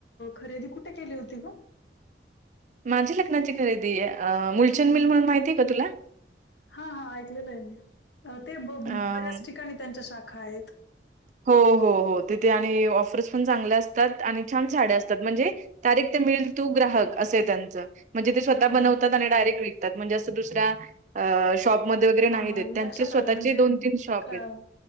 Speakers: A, on the left; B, on the right.
A: खरेदी कुठे केली होती ग?
B: माझी लग्नाची खरेदी आहे मुलचंद मिल म्हणून माहितीय का तुला?
A: हा हा ऐकलेलं आहे मी ते
B: अ
A: बऱ्याच ठिकाणी त्यांच्या शाखा आहेत.
B: हो हो हो तिथे आणि ऑफर्स पण चांगल्या असतात आणि छान साड्या असतात म्हणजे तारीख ते मिळल तू ग्राहक असे त्यांचं म्हणजे ते स्वतः
A: हा हा
B: बनवतात
A: हा.
B: आणि डायरेक्ट विकता म्हणजे अस दुसऱ्या शॉप मदन वगैरे नाही
A: हा
B: देत
A: हा लक्षात
B: त्यांचे स्वतःचे
A: आलं म्हणजे
B: दोन तीन शॉप
A: क-
B: आहेत.